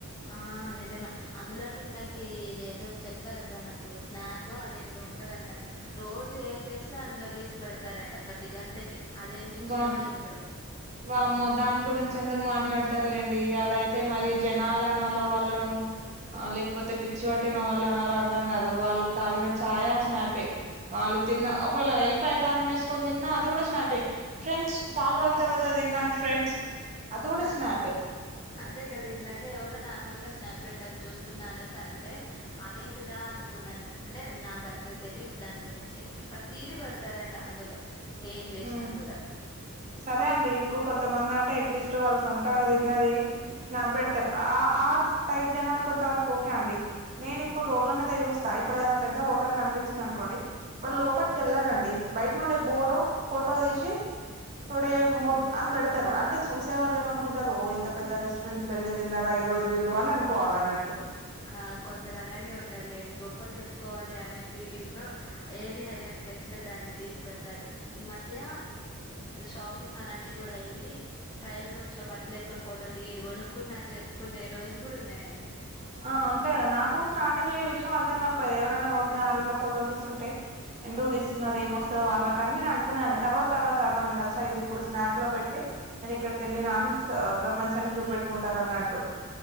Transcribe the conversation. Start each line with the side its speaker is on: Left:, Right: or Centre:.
Left: ఆ నిజమే అందులోనే ఇందకి ఇదేదో చెప్పారబ్బా నాకు స్నాప్ అదేంటో ఉంటదంట రోజు ఏం చేసినా అందులో తీసి పెడతారంట ప్రతి గంటకి అదేం పిచ్చో
Right: వా
Left: ఏందో
Right: వామ్మో దాని గురించి ఎందుకు మాట్లాడతారులేండి అదైతే మరి జనాలనాలో వాళ్ళను ఆ లేకపోతే పిచ్చి పట్టిన వాళ్ళు అనాలో అర్థం కాదు వాళ్ళు తాగిన చాయా స్నాపే వాళ్ళు తిన్న ఒకవేళ యెల్పాయ్ కారం యేసుకొని దిన్నా అది గూడా స్నాపే ఫ్రెండ్స్ చాలా రోజులు తర్వాత దిన్నాన్ ఫ్రెండ్స్ అది కూడా
Left: ఆ
Right: స్నాపే
Left: అదే గదా ఇందాకే ఎవరో నార్మల్ గా స్నాప్ బెట్టార్ చూస్తున్నా అనేసి అంటే అదేంటిదా అనుకున్నాను అంటే నాకు అంత తెలీదు దాని గురించి ప్రతిదీ పెడతారంట అందులో ఏం జేసినా
Right: మ్మ్
Left: గూడా
Right: సరే అండి ఇప్పుడు కొంతమంది అంటే అట్లీస్ట్ వాళ్ళు సొంతగా దిన్నది స్నాప్ బెడతారు ఆ ఆ టైప్ జనాలు కొంత వరకు ఓకే అండి నేను ఇప్పుడు రోడ్ల మీద చూస్తా ఇప్పుడు ఏదైనా పెద్ద హోటల్ కనిపించింది అనుకోండి వాళ్ళు లోపటికి యెళ్ళరండి బయట నుండే బోర్డు ఫొటో దీసి టుడే మూడ్ అని బెడతరు అంటే చూసే వాళ్ళు ఏమనుకుంటారు ఓ ఇంత పెద్ద రెస్టారెంట్ యెళ్ళి తిన్నరా ఈ రోజు వీళ్ళు అని అనుకోవాల అన్నట్టు
Left: ఆ కొందరు అలాగే ఉంటారు లేండి గొప్పలు చెప్పుకోవాలి అనే ఫీలింగ్ లో ఏది హైలైట్ కనిపిస్తే దాన్ని తీసి పెడతారు, ఈ మధ్య షాపింగ్ అలాంటివి కూడా ఎళ్ళి ట్రయల్ రూమ్స్ లో బట్టలు ఏసుకొని ఫోటోలు దిగి ఇది కొనుకున్నా అని చెప్పుకునే రోజులు కూడ ఉన్నాయండి.
Right: ఆ అంతే కదా నాకు స్టార్టింగ్ లో ఈ విషయం అర్థం కాకపోయేది ఎవరైనా రోడ్ మీద ఆగి ఇట్లా ఫోటోలు తీస్తుంటే ఎందుకు తీస్తున్నారు ఏమొస్తది వాళ్ళకు అని నేను అనుకునేదాన్ని తర్వాత తర్వాత అర్థమైంది అచ్చ ఇప్పుడు స్నాప్ లో పెట్టి నేను ఇక్కడి కెళ్ళినా అని ప్రపంచానికి చూపెట్టుకుంటరు అన్నట్టు.